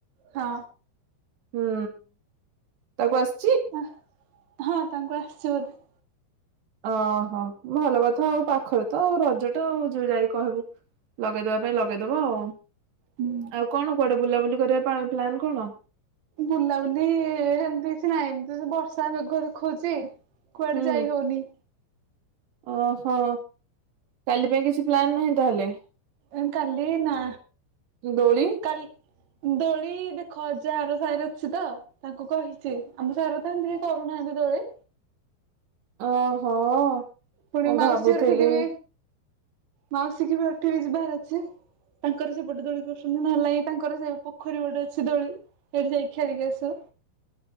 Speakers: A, on the right (about 45°); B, on the right (about 70°).
A: ହଁ।
B: ହୁଁ ତାକୁ ଆସି
A: ଅ ହଁ ତାଙ୍କୁ ଆସିଛ ବୋଧେ
B: ଓହୋ ଭଲ କଥା ଆଉ ପାଖରେ ତ ଆଉ ରଜ ଟା ଆଉ ଯୋଉ ଯାଇକି କହିବୁ ଲଗେଇଦବା ପାଇଁ ଲଗେଇଦବ ଆଉ
A: ହୁଁ।
B: ଆଉ କଣ କୁଆଡେ ବୁଲାବୁଲି କରିବା ପ୍ଲାନ କଣ?
A: ବୁଲାବୁଲି ଏମତି କିଛି ନାହିଁ ଏମତି ବର୍ଷା ସେ ମେଘୁଆ ଦେଖଉଚି କୁଆଡେ
B: ହୁଁ
A: ଯାଇ ହଉନି
B: ଓହୋ। କାଲି ପାଇଁ କିଛି କିଛି ପ୍ଲାନ ନାହିଁ ତାହାଲେ
A: ଏ କାଲି ନା
B: ଦୋଳି?
A: କାଲି ଦୋଳି ଦେଖ ଅଜା ଘର ସାହିର ଅଛି ତ ତାଙ୍କୁ କହିଛି ଆମ ସାଇରେ ତ ଏମତି କରୁନାହାନ୍ତି ଦୋଳି।
B: ଓହୋ।
A: ପୁଣି
B: ମୁଁ
A: ମାଉସୀ
B: ଭାବୁଥିଲି
A: ଘରଠି କି ବି ମାଉସୀ କୁ ବି ଅଟକେଇ କି ଯିବାର ଅଛି ତାଙ୍କର ସେପଟେ ଦୋଳି କରୁଛନ୍ତି ନହେଲେ ତାଙ୍କର ସେ ପୋଖରୀ ଗୋଟେ ଅଛି ଦୋଳି ସେଠି ଯାଇ ଖେଳି କି ଆସିବ